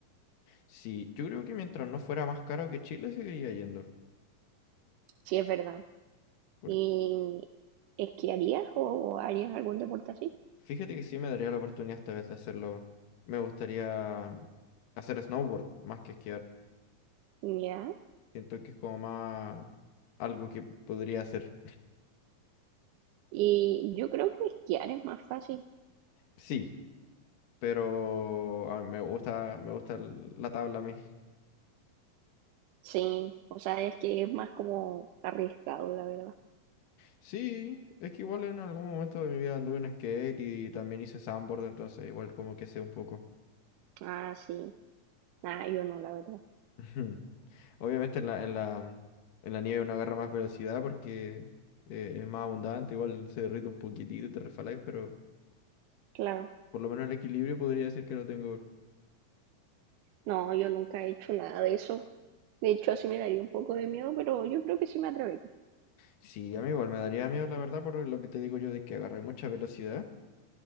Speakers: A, on the left; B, on the right.
A: Sí, yo creo que mientras no fuera más caro que Chile, seguiría yendo.
B: Sí es verdad.
A: Por-
B: ¿Y esquiarías o harías algún deporte así?
A: fíjate que sí me daría la oportunidad esta vez de hacerlo. Me gustaría hacer snowboard más que esquiar.
B: Ya.
A: Siento que es como más algo que podría hacer.
B: Y yo creo que esquiar es más fácil.
A: Sí, pero a mí me gusta, me gusta el- la tabla a mí.
B: Sí, o sea, es que es más como arriesgado, la verdad.
A: Sí, es que igual en algún momento de mi vida anduve en skate y también hice sandboard, entonces igual como que sé un poco.
B: Ah, sí. Ah, yo no, la verdad.
A: <laughs> Obviamente en la, en la, en la nieve uno agarra más velocidad porque eh, es más abundante, igual se derrite un poquitito y te resbaláis, pero
B: Claro.
A: por lo menos el equilibrio podría decir que lo tengo.
B: No, yo nunca he hecho nada de eso. De hecho, así me daría un poco de miedo, pero yo creo que sí me atrevería.
A: Sí, a mí igual me daría miedo, la verdad, por lo que te digo yo de que agarré mucha velocidad,